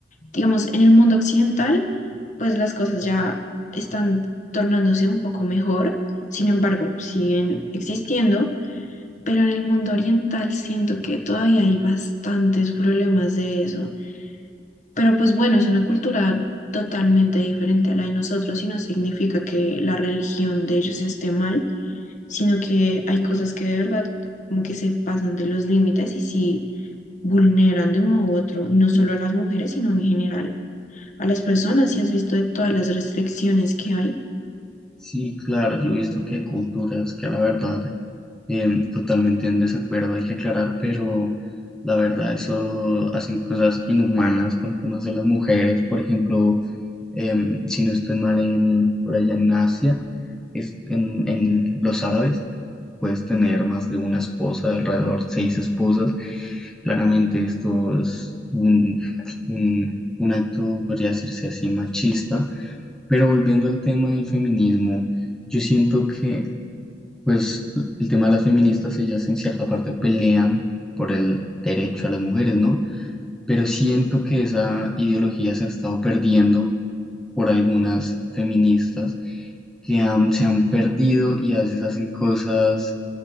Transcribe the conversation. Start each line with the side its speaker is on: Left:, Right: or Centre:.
Left: Digamos, en el mundo occidental, pues las cosas ya están tornándose un poco mejor. Sin embargo, siguen existiendo, pero en el mundo oriental siento que todavía hay bastantes problemas de eso. Pero pues bueno, es una cultura totalmente diferente a la de nosotros y no significa que la religión de ellos esté mal, sino que hay cosas que de verdad como que se pasan de los límites y sí vulneran de un modo u otro, no solo a las mujeres, sino en general a las personas. Si has visto de todas las restricciones que hay,
Centre: Sí, claro, yo he visto que hay culturas que la verdad em, totalmente en desacuerdo, hay que aclarar, pero la verdad eso hacen cosas inhumanas con temas de las mujeres, por ejemplo, em, si no estoy mal en, por allá en Asia, es en, en los árabes, puedes tener más de una esposa, de alrededor seis esposas, claramente esto es un, un, un acto, podría decirse así, machista pero volviendo al tema del feminismo, yo siento que, pues, el tema de las feministas, ellas en cierta parte pelean por el derecho a las mujeres, ¿no? Pero siento que esa ideología se ha estado perdiendo por algunas feministas que han- se han perdido y a veces hacen cosas,